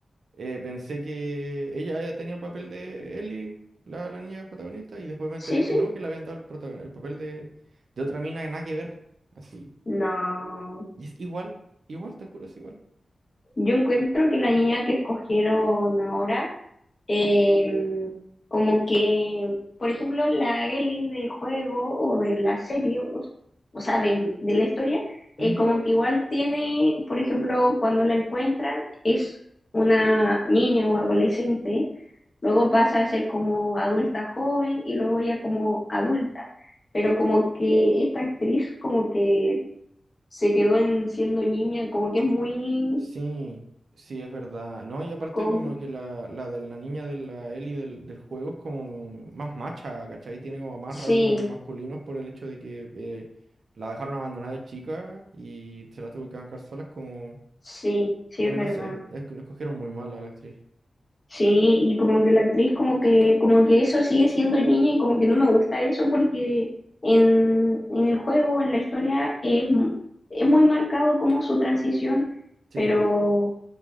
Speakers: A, on the right; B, on the left.
A: eh, pensé que ella ya tenía el papel de Ellie, la, la niña que es protagonista, y después me
B: Sí,
A: enteré
B: sí.
A: que no, que le habían dado el, protagon- el papel de, de otra mina que nada que ver. Así.
B: No.
A: Y es igual, igual, te juro, es igual.
B: Yo encuentro que la niña que escogieron ahora Em, como que, por ejemplo, la Ellie del juego o de la serie, o, o sea, de, de la historia, eh,
A: Ujú.
B: como que igual tiene, por ejemplo, cuando la encuentran, es una niña o adolescente, luego pasa a ser como adulta joven y luego ya como adulta. Pero como que esta actriz como que se quedó en siendo niña, como que es muy,
A: Sí, sí, es verdad. No, y aparte
B: como,
A: como que la, la de la niña de la Ellie del, del juego es como más macha, ¿cachai? Tiene como más
B: sí,
A: rasgos masculinos por el hecho de que eh, la dejaron abandonada de chica y se la tuvo que bancar sola. Es como,
B: sí, sí
A: como
B: es
A: que
B: verdad.
A: no sé, es que lo escogieron muy mal a la actriz.
B: Sí, y como que la actriz como que, como que eso sigue siendo niña y como que no me gusta eso porque en, en el juego, en la historia, es, mu- es muy marcado como su transición,
A: Sí,
B: pero